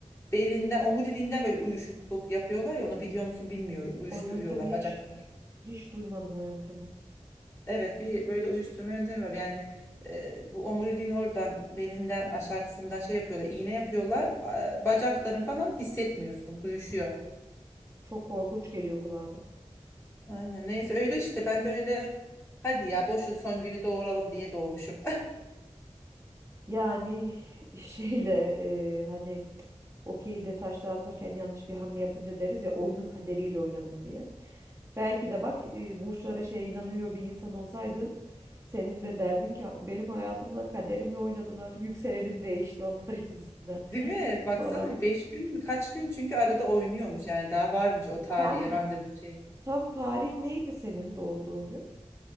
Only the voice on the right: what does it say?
o yöntemi
hiç hiç duymadım o yöntemi.
Çok korkunç geliyor kulağa da.
Yani <laughs> şeyle e, hani okeyde taş dağıtırken yanlış bir hamle yapınca deriz ya oyunun kaderiyle oynadın diye. Belki de bak e, burçlara şey inanıyor bir insan olsaydın senin de derdin ki benim hayatımla kaderimle oynadılar. Yükselenim değişti onlar <laughs> yüzünden
falan.
Tam
tam tarih neydi senin doğduğun gün?